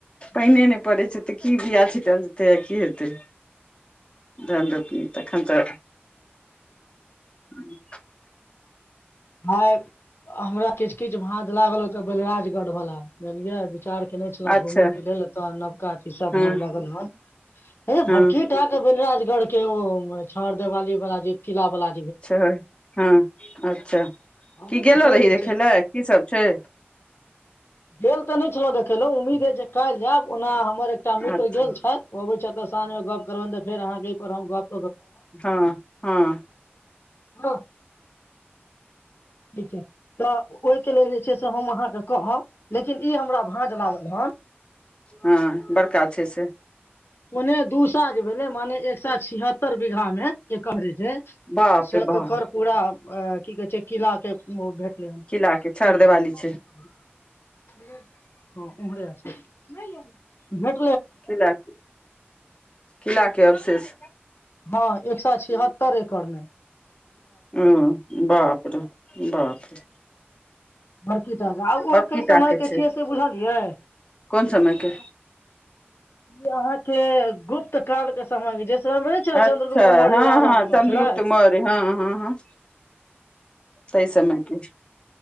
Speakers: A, on the left (about 25°); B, on the left (about 65°).
A: पेएने नै पड़ै छै। ते की बिया छीटल जेतै, अ की हेतै। धन रोपनी तखन ते <unintelligible>
B: भाय हमरा किछ-किछ भाँज लागल ओता बलराज गढ़ वला जनलियै विचार केनै छलौ
A: अच्छा
B: घुमय के लेल, एता नवका ई सब
A: हँ
B: भाँज लागल हन, हे
A: हँ
B: बड़की टा के बेलराज गढ़ के ओ छर देवाली वाला जे किला वला
A: छा हाँ अच्छा।
B: अहु
A: की गेलो
B: तऽ पैघ
A: रही देखे
B: छै
A: ले की सब छै।
B: गेल ते नै छलौ देखैले उम्मीद ए जे काएल जाएब, ओना हमर एकटा मित्र
A: अच्छा
B: गेल छै ओ अबै छै ओता सांझ मे गप करबैन त फेर अहाँ के एपर हम ग
A: हाँ-हाँ।
B: हाँ। ठीक छै, तऽ ओय के लेल जे छै से हम अहाँ के कहब। लेकिन ई हमरा भाँज लागल हन।
A: हाँ बड़का छै से।
B: ओने दूसा जेबे ने माने एक सा छिहत्तर बीघा मे के कवरेज जे
A: बाप
B: से
A: रे बाह
B: ओकर पूरा अ की कहे छै किला के ओ भेट
A: किला के छर
B: <unintelligible>
A: देवाली छै
B: <unintelligible> हाँ उम्हरे आसा नै यौ। ह्म्म।
A: किला, किला के अवशेष।
B: हाँ एक सा छिहत्तर एक करनाय।
A: औ बाप रे बाप रे।
B: बड़की टा के, आ ओय
A: बड़की
B: कै समय
A: टा
B: के
A: छै
B: छियै से बुझलियै।
A: कोन समय के।
B: ई अहाँ के गुप्तकाल के समय के जे समय मे नहि छलै
A: अच्छा
B: चंन्द्रगुप्त मौर्य
A: हाँ
B: राजा
A: हाँ
B: बनल
A: चन्द्रगुप्त
B: छलथि
A: मौर्य हाँ हाँ हाँ तेय समय के